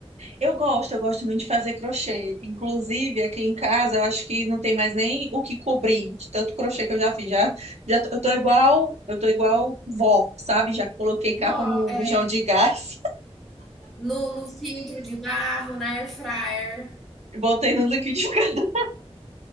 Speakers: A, on the right; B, in the centre.
A: Eu gosto, eu gosto muito de fazer crochê. Inclusive, aqui em casa, eu acho que não tem mais nem o que cobrir de tanto crochê que eu já fiz. Já, já tô- eu tô igual, eu tô igual vó, sabe? Já coloquei capa
B: Ó,
A: no
B: é,
A: bujão de gás, <laughs>
B: no, no filtro de barro, na air fryer,
A: botei no liquidificador.